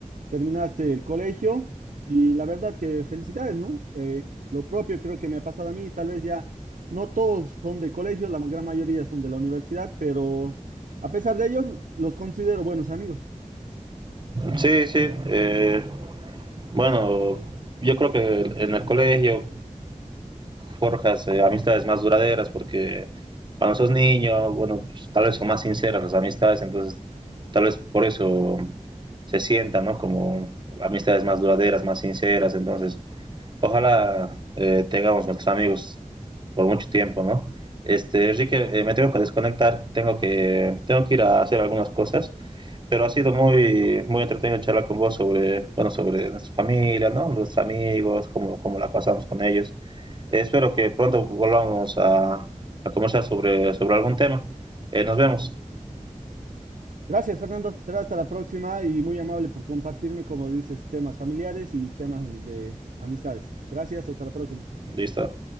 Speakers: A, on the right; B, on the right.
A: terminaste el colegio y la verdad que felicidades, ¿no? Eh, lo propio creo que me ha pasado a mí, tal vez ya no todos son de colegio, la gran mayoría son de la universidad, pero a pesar de ello, los considero buenos amigos.
B: Sí, sí. Eh, Bueno, yo creo que en el colegio forjas eh, amistades más duraderas porque cuando sos niño, bueno, pues, tal vez son más sinceras las amistades, entonces tal vez por eso se sientan, ¿no? Como amistades más duraderas, más sinceras, entonces ojalá eh, tengamos nuestros amigos por mucho tiempo, ¿no? Este, Enrique, eh, me tengo que desconectar, tengo que, tengo que ir a hacer algunas cosas, pero ha sido muy, muy entretenido charlar con vos sobre, bueno, sobre nuestra familia, ¿no? Nuestros amigos, cómo, cómo la pasamos con ellos. Eh, espero que pronto volvamos a, a conversar sobre, sobre algún tema. Eh, nos vemos.
A: Gracias, Fernando. Será hasta la próxima y muy amable por compartirme, como dices, temas familiares y temas de amistades. Gracias, hasta la próxima.
B: Listo.